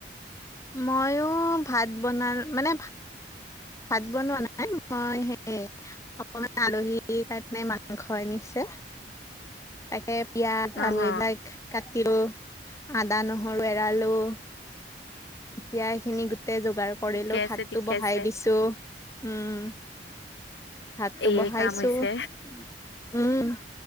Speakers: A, on the left; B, on the left.
A: ময়ো ভাত বনাম মানে ভা- ভাত বনোৱা নাই মই সেই, অকমান আলহীৰ কাৰণে মাংস আনিছে। তাকে পিয়াজ
B: অ
A: আৰু
B: হ
A: এইবিলাক কাটিলো। আদা নহৰু এৰালো। এতিয়া এইখিনি গোটেই যোগাৰ কৰিলো
B: ঠিকে
A: ভাতটো
B: আছে ঠিকে
A: বহাই
B: আছে
A: দিছো। উম, ভাতটো
B: এয়ে
A: বহাইছো
B: কাম হৈছে
A: উম।